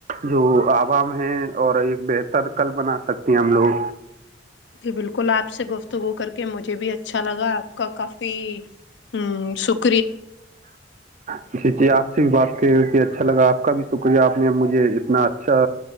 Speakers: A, on the right; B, on the left.
A: جو آپ <unintelligible> عام ہیں اور ایک بہتر کل بنا سکتی ہیں ہم لوگ
B: جی بالکل آپ سے گفتگو کر کے مجھے بھی اچھا لگا آپ کا کافی ہ شک <unintelligible>
A: جچی <unintelligible> <unintelligible> جی آپ سے بھی بات کرے کہ اچھا لگا آپ کا بھی شکریہ آپ نے مجھے اتنا اچھا